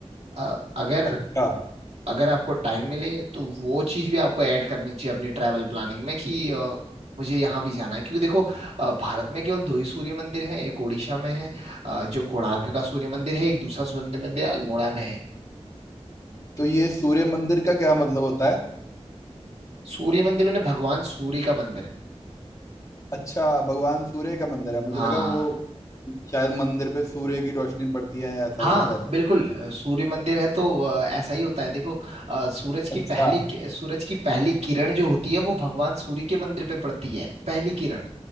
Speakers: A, on the right; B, on the left.
A: अ, अगर
B: अच्छा
A: अगर आपको टाइम मिले तो वो चीज भी आपको ऐड करनी चाहिए अपनी ट्रैवल प्लानिंग में कि अ, मुझे यहाँ भी जाना है क्योंकि देखो अ, भारत में केवल दो ही सूर्य मंदिर है एक उड़ीसा में है अ, जो कोणार्क का सूर्य मंदिर है एक दूसरा सूर्य मंदिर अल्मोड़ा में है
B: तो ये सूर्य मंदिर का क्या मतलब होता है
A: सूर्य मंदिर मैंने भगवान सूर्य का मंदिर है।
B: अच्छा भगवान सूर्य का मंदिर है मुझे
A: हाँ
B: लगा वो शायद मंदिर पे सूर्य की रोशनी पड़ती है या ऐसा
A: हाँ
B: कुछ है
A: बिल्कुल अ, सूर्य मंदिर है तो अ, ऐसा ही होता है देखो अ, सूरज की
B: अच्छा
A: पहली कि- सूरज की पहली किरण जो होती है वो भगवान सूर्य के मंदिर पे पड़ती है पहली किरण